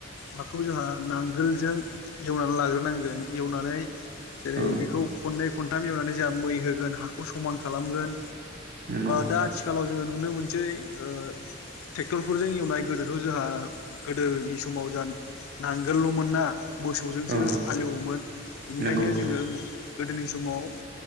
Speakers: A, on the left; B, on the right.
A: हाखौ जोंहा नांगोलजों एवनानै लाग्रोनांगोन एवनानै जेरै
B: औ
A: बेखौ खननै खनथाम एवनानै जोंहा मै होगोन, हाखौ समान खालामगोन
B: नंगौ नोंथां
A: दा आथिखालाव जोङो नुनो मोनसै ओ ट्रेक्टरफोरजों एवनाय गोदोथ' जोंहा गोदोनि समाव जों नांगोलल'मोन ना मोसौजोंसो
B: औ
A: हालेवोमोन बेनिखायनो
B: नंगौ नोंथां
A: जोङो गोदोनि समाव